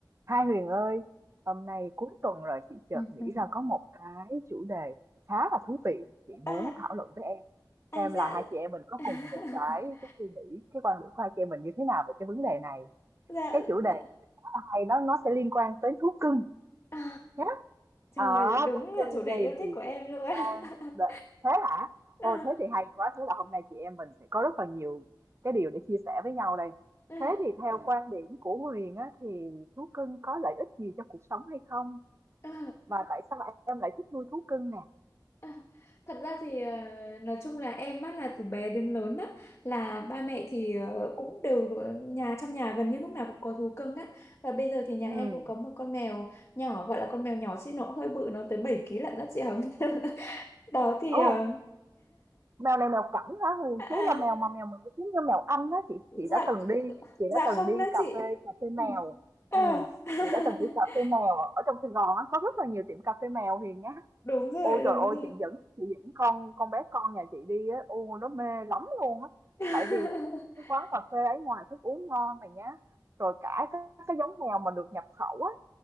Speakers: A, on the right; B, on the left.
A: Hai Huyền ơi, hôm nay cuối tuần rồi chị chợt
B: <laughs>
A: nghĩ ra có một cái chủ đề khá là thú vị chị muốn
B: à,
A: thảo luận với em.
B: à
A: Xem
B: dạ
A: là hai chị em mình có
B: <laughs>
A: cùng một cái cái suy nghĩ, cái quan điểm của hai chị em mình như thế nào về cái vấn đề này.
B: dạ
A: Cái chủ đề
B: dạ
A: khá là hay đó nó sẽ liên quan tới thú cưng
B: à,
A: nhé.
B: trời
A: Ở
B: ơi, đúng
A: Bắc
B: là
A: Cưng
B: chủ
A: thì
B: đề yêu thích
A: thì
B: của em
A: thì
B: luôn
A: chị đang
B: <laughs>
A: đợi- thế hả? ô
B: À,
A: thế thì hay quá, thế là hôm nay chị em mình sẽ có rất là nhiều cái điều để chia sẻ với nhau đây.
B: à,
A: Thế thì theo quan điểm của Huyền á thì thú cưng có lợi ích gì cho cuộc sống hay không?
B: à,
A: Và tại sao em lại thích nuôi thú cưng nè?
B: à. Thật ra thì ờ, nói chung là em á là từ bé đến lớn á là ba mẹ thì ờ, cũng đều ở nhà trong nhà gần như lúc nào cũng có thú cưng á và bây giờ thì nhà
A: Ừ.
B: em cũng có một con mèo nhỏ gọi là con mèo nhỏ chứ nó cũng hơi bự nó tới 7 ký lận đó chị Hồng <laughs> đó thì
A: Ồ,
B: ờ,
A: mèo này mèo cảnh hả Huyền?
B: <laughs>
A: Thế là mèo mà mèo mình cứ kiếm như mèo Anh á chị
B: dạ
A: chị đã từng đi, chị
B: dạ
A: đã từng
B: không
A: đi
B: đó
A: cà
B: chị
A: phê cà phê mèo.
B: ừ. Ờ.
A: Ừ.
B: <laughs>
A: Chị đã từng đi cà phê mèo ở trong Sài Gòn á có rất là nhiều tiệm cà phê mèo Huyền nhá
B: đúng rồi
A: Ôi trời
B: đúng
A: ơi,
B: rồi
A: chị dẫn chị dẫn con con bé con nhà chị đi á, ô nó mê lắm luôn á.
B: <laughs>
A: Tại vì cái quán cà phê ấy ngoài thức uống ngon này nhá, rồi cả cái, cái giống mèo mà được nhập khẩu á,